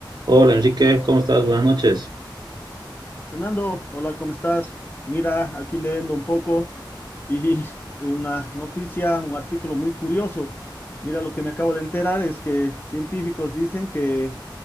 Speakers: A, on the right; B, on the left.
A: Hola Enrique, ¿cómo estás? Buenas noches.
B: Fernando, hola, ¿cómo estás? Mira, aquí leyendo un poco y <laughs> una noticia, un artículo muy curioso. Mira, lo que me acabo de enterar es que científicos dicen que,